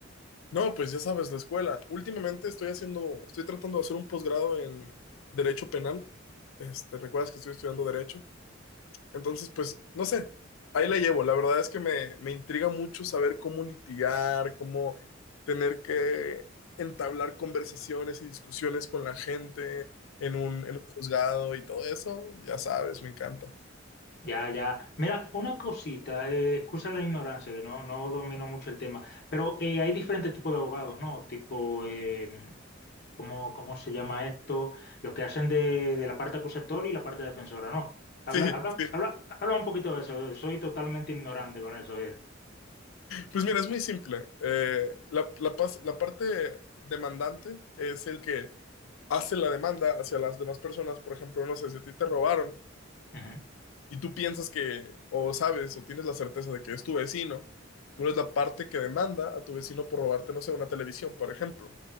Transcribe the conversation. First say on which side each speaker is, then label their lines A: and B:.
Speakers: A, on the left; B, on the left.
A: No, pues ya sabes, la escuela. Últimamente estoy haciendo, estoy tratando de hacer un posgrado en Derecho Penal. Este, ¿recuerdas que estoy estudiando Derecho? Entonces, pues, no sé, ahí la llevo. La verdad es que me, me intriga mucho saber cómo litigar, cómo tener que entablar conversaciones y discusiones con la gente en un, en un juzgado y todo eso. Ya sabes, me encanta.
B: Ya, ya. Mira, una cosita, eh, excusa la ignorancia, que no, no domino mucho el tema, pero eh, hay diferentes tipos de abogados, ¿no? Tipo, eh, ¿cómo, cómo se llama esto? Los que hacen de, de la parte acusatoria y la parte defensora, ¿no? Habla,
A: Sí,
B: habla,
A: sí.
B: habla, habla un poquito de eso, soy totalmente ignorante con eso. eh.
A: Pues mira, es muy simple. Eh, la, la pas- la parte demandante es el que hace la demanda hacia las demás personas. Por ejemplo, no sé, si a ti te robaron
B: Ujú.
A: y tú piensas que, o sabes, o tienes la certeza de que es tu vecino, tú eres la parte que demanda a tu vecino por robarte, no sé, una televisión, por ejemplo.